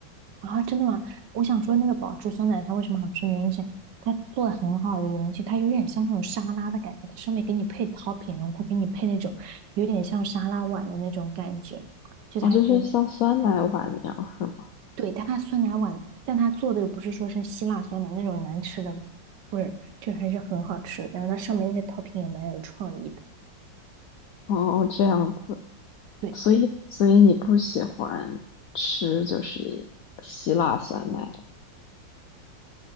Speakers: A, on the right; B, on the left.
A: 啊，真的吗？我想说那个宝珠酸奶它为什么好吃，原因是它做的很好的原因是它有点像那种沙拉的感觉，它上面给你配 topping，然后它给你配那种有点像沙拉碗的那种感觉，就它给你
B: 哦，就是像酸奶碗那样是吗？
A: 对，但它酸奶碗，但它做的又不是说是希腊酸奶那种难吃的味儿，就还是很好吃的然后它上面那些 topping 也蛮有创意的。
B: 哦，这样子，
A: 对，
B: 所以所以你不喜欢吃就是希腊酸奶